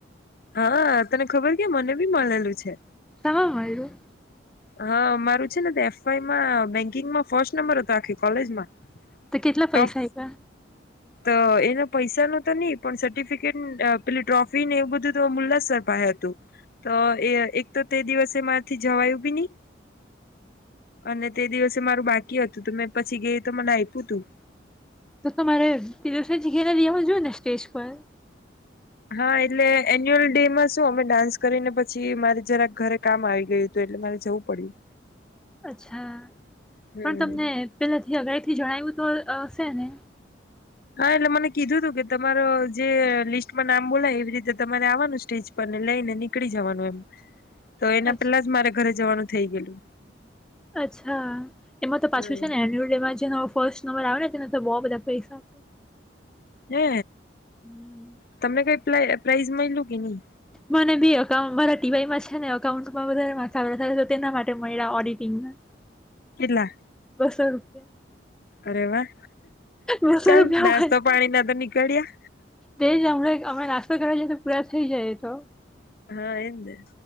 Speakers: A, on the left; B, in the centre.
A: હા, તને ખબર કે મને બી મળેલું છે.
B: સામા મળેલું.
A: હા, મારું છે ને એફઆઈમાં બેન્કિંગમાં ફર્સ્ટ નંબર હતો, આખી કોલેજમાં.
B: તો કેટલા
A: ટોપ
B: પૈસા આપ્યા?
A: તો એના પૈસા ન તો નહી, પણ સર્ટિફિકેટ પેલી ટ્રોફી ને એવું બધું તો મુલ્લાસર પાયે હતું, તો એ એક તો તે દિવસે મારા થી જવાયું બી નહી અને તે દિવસે મારું બાકી હતું, તો મેં પછી ગઈ તો મને આપ્યું હતું.
B: તો તમારે તે દિવસે ગઈને લઈ આવવું જોઈએ ને સ્ટેજ પર
A: હા, એટલે એન્યુઅલ ડેમાં શું અમે ડાન્સ કરીને પછી મારે જરાક ઘરે કામ આવી ગયું હતું એટલે મારે જવું પડ્યું.
B: અચ્છા
A: હમ
B: પણ તમને પેલા થી અગાઉથી જણાવ્યું તો હશે ને
A: હા એટલે મને કીધું તું કે તમારો જે લિસ્ટમાં નામ બોલાય એવી રીતે તમારે આવવાનું સ્ટેજ પર ને લઈને નીકળી જવાનું એમ તો એના
B: અચ્છા
A: પેલા જ મારે ઘરે જવાનું થઇ ગયેલું.
B: અચ્છા એમાં તો
A: હમ
B: પાછું છે, ને એન્યુઅલ ડેમાં જે નો ફર્સ્ટ નંબર આવે ને ને તેના તો બો બધા પૈસા
A: હે
B: હમ્મ.
A: તમને કઈ પ્રાઇઝ માયલું કે ની
B: મને બી એકાઉન્ટ મારા ટીવાય મા છે, ને અકાઉન્ટમાં વધારે માર્ક આવેલ તેના માટે મળ્યા ઓડિટિંગ ના
A: કેટલા.
B: બસો રૂપિયા.
A: અરે વા
B: બસો
A: ચાલ
B: રૂપિયા
A: નાસ્તો
B: હોય
A: પાણી ના તો નીકળ્યા.
B: તે જ હમણાં અમે નાસ્તો કરવા જઈએ તો પૂરા થઈ જાયએ તો
A: હા એને